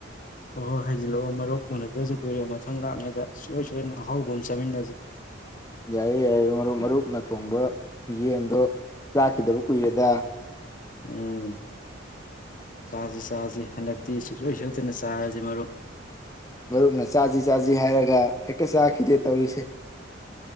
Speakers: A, on the left; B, on the left.
A: ꯍꯣꯏ ꯍꯣꯏ ꯍꯩꯖꯤꯜꯂꯛꯑꯣ ꯃꯔꯣꯛ ꯎꯅꯗ꯭ꯔꯁꯨ ꯀꯨꯏꯔꯦ ꯃꯊꯪ ꯂꯥꯛꯉꯩꯗ ꯁꯨꯡꯣꯏ ꯁꯣꯏꯗꯅ ꯑꯍꯧꯕ ꯑꯃ ꯆꯥꯃꯤꯟꯅꯁꯦ
B: ꯌꯥꯏꯌꯦꯦ ꯌꯥꯏꯌꯦꯦ ꯃꯔꯨꯞ ꯃꯔꯨꯞꯅ ꯊꯣꯡꯕ ꯌꯦꯟꯗꯣ ꯆꯥꯈꯤꯗꯕ ꯀꯨꯏꯔꯦꯗ
A: ꯎꯝ ꯆꯁꯤ ꯆꯥꯁꯤ ꯍꯟꯗꯛꯇꯤ ꯁꯨꯡꯁꯣꯏ ꯁꯣꯏꯗꯅ ꯆꯥꯔꯁꯤ ꯃꯔꯨꯞ
B: ꯃꯔꯨꯞꯅ ꯆꯥꯁꯤ ꯆꯥꯁꯤ ꯍꯥꯏꯔꯒ ꯍꯦꯛ ꯀꯁꯦꯥꯈꯤꯗꯦ ꯇꯧꯔꯤꯁꯦ